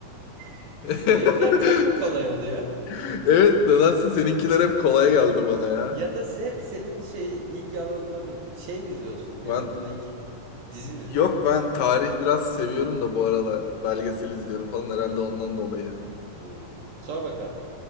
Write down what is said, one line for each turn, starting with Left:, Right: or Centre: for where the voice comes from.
Right: <laughs>
Left: <laughs>
Right: Benimkiler çok mu kolay oluyor?
Left: Evet nedense seninkiler hep kolay geldi bana ya.
Right: Ya da se- hep senin şey ilgi alanında şey mi izliyorsun
Left: Ben
Right: yani buna ilgi dizi mi izliyorsun?
Left: yok ben tarih biraz seviyorum da bu aralar belgesel izliyorum falan herhalde ondan dolayı.
Right: Hmm, Sor bakalım.